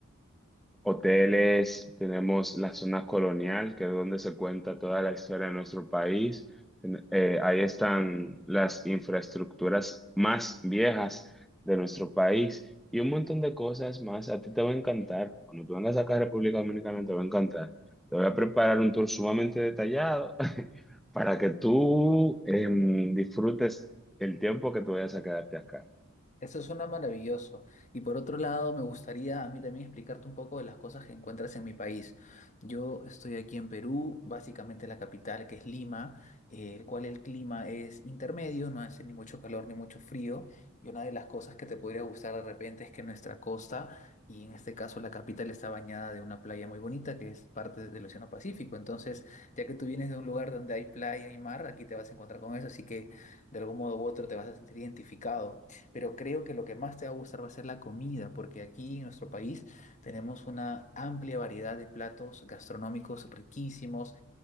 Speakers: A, in the centre; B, on the left.
A: hoteles, tenemos la zona colonial, que es donde se cuenta toda la historia de nuestro país. Ten- eh, ahí están las infraestructuras más viejas de nuestro país y un montón de cosas más. A ti te va a encantar. Cuando tú vengas acá a República Dominicana, te va a encantar. Te voy a preparar un tour sumamente detallado <laughs> para que tú em, disfrutes el tiempo que tú vayas a quedarte acá.
B: Eso suena maravilloso. Y por otro lado, me gustaría a mí también explicarte un poco de las cosas que encuentras en mi país. Yo estoy aquí en Perú, básicamente la capital que es Lima, eh, el cual el clima es intermedio, no hace ni mucho calor ni mucho frío. Y una de las cosas que te podría gustar de repente es que nuestra costa, y en este caso la capital, está bañada de una playa muy bonita que es parte del Océano Pacífico. Entonces, ya que tú vienes de un lugar donde hay playa y mar, aquí te vas a encontrar con eso, así que de algún modo u otro te vas a sentir identificado pero creo que lo que más te va a gustar va a ser la comida, porque aquí en nuestro país tenemos una amplia variedad de platos gastronómicos riquísimos.